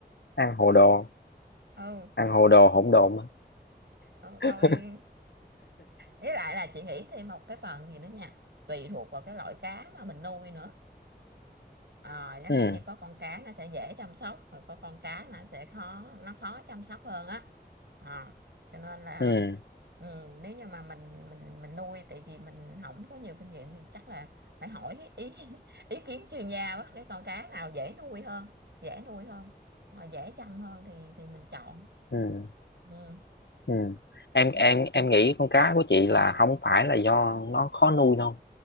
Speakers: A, on the left; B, on the right.
A: ăn
B: không
A: hồ đồ
B: biết, ừ
A: ăn hồ đồ hỗn độn mà.
B: rồi
A: <laughs>
B: với lại là chị nghĩ thêm một cái phần gì nữa nha tùy thuộc vào cái loại cá mà mình nuôi nữa Ờ, chẳng
A: ừ
B: hạn như có con cá nó sẽ dễ chăm sóc rồi có con cá nó sẽ khó nó khó chăm sóc hơn á Ờ, cho nên là
A: ừ
B: ừ, nếu như mà mình mình mình nuôi tại vì mình không có nhiều kinh nghiệm thì chắc là phải hỏi ý <laughs> ý kiến chuyên gia quá cái con cá nào dễ nuôi hơn dễ nuôi hơn mà dễ chăm hơn thì thì mình chọn
A: ừ
B: ừ.
A: ừ em
B: đó.
A: em em nghĩ con cá của chị là không phải là do nó khó nuôi đâu